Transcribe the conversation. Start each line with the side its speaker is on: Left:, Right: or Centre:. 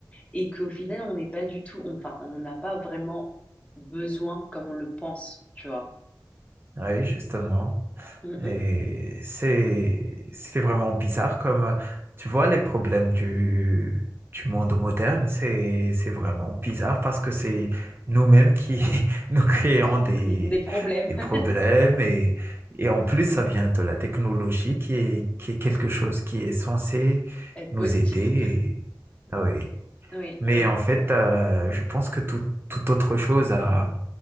Left: et qu'au final, on n'est pas du tout, enfin, on n'a pas vraiment besoin comme on le pense, tu vois.
Right: Oui, justement.
Left: Mm,
Right: Et
Left: mm.
Right: c'est, c'est vraiment bizarre comme, tu vois, les problèmes du, du monde moderne, c'est, c'est vraiment bizarre parce que c'est nous-mêmes qui <laughs> nous créons des,
Left: <laughs> Des problèmes.
Right: des
Left: <laughs>
Right: problèmes et, et en plus, ça vient de la technologie qui est, qui est quelque chose qui est censé
Left: Être
Right: nous
Left: positif.
Right: aider. et- ah oui.
Left: Oui,
Right: Mais
Left: oui, oui.
Right: en fait, euh, je pense que tout, toute autre chose a,